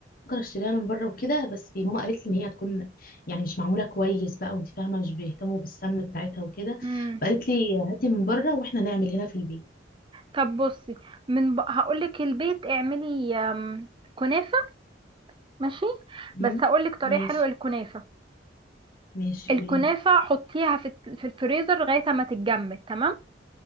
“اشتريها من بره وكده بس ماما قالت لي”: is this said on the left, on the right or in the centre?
Left